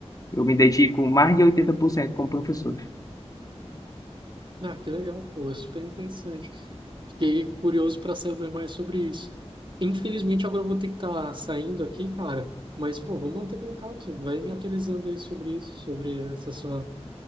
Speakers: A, on the left (about 35°); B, on the right (about 45°).
A: Eu me dedico mais de 80% como professor.
B: Ah, que legal, pô, é super interessante. Fiquei curioso para saber mais sobre isso. Infelizmente, agora eu vou ter que estar saindo aqui, cara, mas, pô, vamos manter contato, vai me atualizando aí sobre isso, sobre essa sua